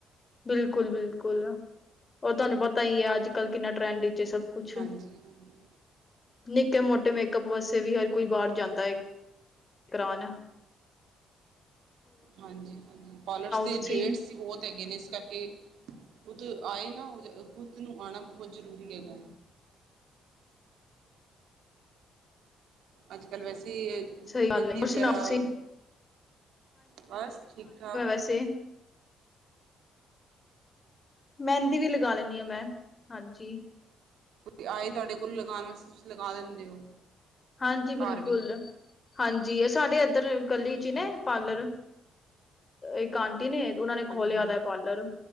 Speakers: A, on the left; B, on the right.
A: ਬਿਲਕੁਲ -ਬਿਲਕੁਲ ਉਹ ਤੁਹਾਨੂੰ ਪਤਾ ਹੀ ਹੈ ਅੱਜ ਕੱਲ ਕਿੰਨਾ ਟਰੈਂਡ ਵਿੱਚ ਏ ਸਭ ਕੁਛ
B: ਹਾਂਜੀ ਹਾਂਜੀ
A: ਨਿੱਕੇ -ਮੋਟੇ ਮੇਕਅੱਪ ਵਾਸੇ ਵੀ ਹਰ
B: ਹਾਂਜੀ
A: ਕੋਈ ਬਾਹਰ
B: ਹਾਂਜੀ
A: ਜਾਂਦਾ ਏ। ਕਰਾਨ।
B: ਹਾਂਜੀ-ਹਾਂਜੀ, ਪਾਰਲਰਸ ਦੇ
A: ਤੁਸੀਂ
B: ਰੇਟਸ ਹੀ ਬਹੁਤ ਹੈਗੇ ਨੇ ਇਸ ਕਰਕੇ ਖੁਦ ਆਏ ਨਾ, ਹੋ ਖੁੱਦ ਨੂੰ ਆਉਣਾ ਬਹੁਤ ਜ਼ਰੂਰੀ ਹੈਗਾ। ਅੱਜ ਕੱਲ੍ਹ ਵੈਸੇ ਈ ਏ
A: ਸਹੀ ਗੱਲ
B: ਮੈਂਦੀ
A: ਹੈ ਹੋਰ
B: ਵਗੈਰਾ,
A: ਸੁਣਾਓ ਤੁਸੀਂ
B: ਬਸ ਠੀਕ-ਠਾਕ।
A: ਅਸੇ ਮਹਿੰਦੀ ਵੀ ਲਗਾ ਲੈਂਨੀ ਆ ਮੈਂ ਹਾਂਜੀ।
B: ਜੇ ਆਏ ਤੁਹਾਡੇ ਕੋਲ ਲਗਾਨ ਵਸਤੇ ਤੁਸੀਂ ਲਗਾ ਦਿੰਦੇ ਹੋ।
A: ਹਾਂਜੀ, ਬਿਲਕੁਲ
B: ਘਰ ਵੀ
A: ਹਾਂਜੀ, ਸਾਡੇ ਇੱਧਰ ਗਲੀ
B: ਅੱਛਾ
A: ਜੀ ਨੇ
B: ਅੱਛਾ
A: ਪਾਰਲਰ। ਇੱਕ ਆਂਟੀ ਨੇ ਉਹਨਾਂ ਨੇ
B: ਹਾਂਜੀ
A: ਖੋਲਿਆ ਦਾ ਏ ਪਾਰਲਰ।